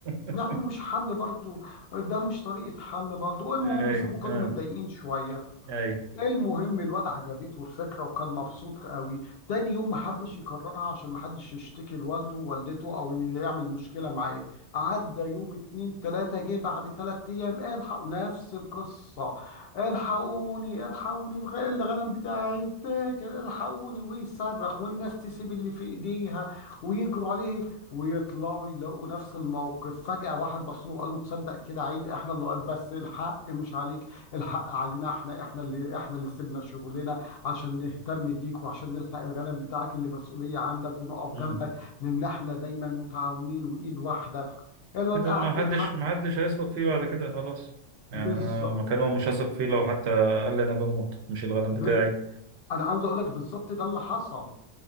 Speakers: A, on the right; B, on the left.
A: <laughs>
B: يعني مش حل برضو ده مش طريقة حل برضو المهم
A: اي
B: سابوه كانوا
A: اه
B: متضايقين شوية
A: اي
B: المهم الواد عجبته الفكرة وكان مبسوط قوي تاني يوم ما حبش يكررها عشان ما حدش يشتكي لوالده ووالدته او يعمل مشكلة معاه عدى يوم اتنين تلاتة جه بعد تلات ايام الحقوا نفس القصة الحقوني الحقوني الغ- الغنم بتاعي اتاكل الحقوني ويصرخ والناس تسيب اللي في ايديها ويجروا عليه ويطلعوا يلاقوا نفس الموقف فجأة واحد بص له وقال له تصدق كده عيب احنا اللي بس الحق مش عليك الحق علينا احنا احنا اللي احنا اللي سيبنا شغلنا عشان نهتم بيك وعشان نلحق الغنم بتاعك اللي مسؤولية عندك ونقف
A: مم.
B: جنبك لان احنا دايما متعاونين وايد واحدة الواد
A: كده
B: قاعد
A: ما حدش
B: يضحك
A: ما حدش هيثق فيه بعد كده خلاص يعني
B: بالظبط
A: انا مكانهم مش هثق فيه لو حتى قال لي انا بموت مش الغنم
B: ب...
A: بتاعي
B: انا عاوز اقول لك بالظبط ده اللي حصل